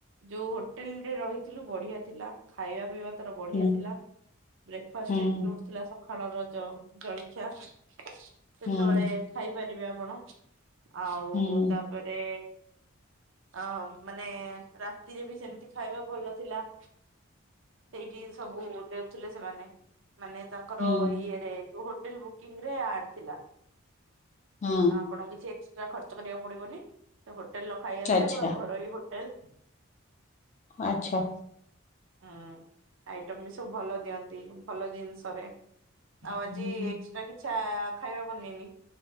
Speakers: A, on the right; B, on the left.
A: ଯୋଉ ହୋଟେଲ ରେ ରହିଥିଲୁ ବଢିଆ ଥିଲା। ଖାଇବା ପିଇବା ତାର ବଢିଆ
B: ହୁଁ
A: ଥିଲା ବ୍ରେକ୍ଫାଷ୍ଟ
B: ହୁଁ ହୁଁ
A: ଇନକ୍ଲୁଡ ଥିଲା ସ ଖାଳର ଯୋଉ ଜଳଖିଆ ସେତେବେଳେ
B: ହୁଁ
A: ଖାଇପାରିବେ ଆପଣ। ଆଉ
B: ହୁଁ
A: ତାପରେ ଆ ମାନେ ରାତିରେ ବି ସେମିତି ଖାଇବା ଭଲ ଥିଲା। ସେଇଠି ସବୁ ଦେଉଥିଲେ ସେମାନେ ମାନେ ତାଙ୍କର
B: ହୁଁ ହୁଁ
A: ଇଏରେ ଉ ହୋଟେଲ ବୁକିଂ ର ଆଡ ଥିଲା।
B: ହୁଁ।
A: ଆପଣଙ୍କୁ କିଛି ଏକ୍ସଟ୍ରା ଖର୍ଚ୍ଚ କରିବାକୁ ପଡିବନି ସେ ହୋଟେଲ ର ଖାଇବା ଥିଲା
B: ଆଚ୍ଛା
A: ପୁରା ଘରୋଇ ହୋଟେଲ।
B: ଆଚ୍ଛା।
A: ହୁଁ ଆଇଟମ ବି ସବୁ ଭଲ ଦିଅନ୍ତି ଭଲ ଜିନିଷରେ ଆଉ
B: ହୁଁ
A: ଆଜି ଏକ୍ସ କିଛା ଖାଇବା ବନେଇନି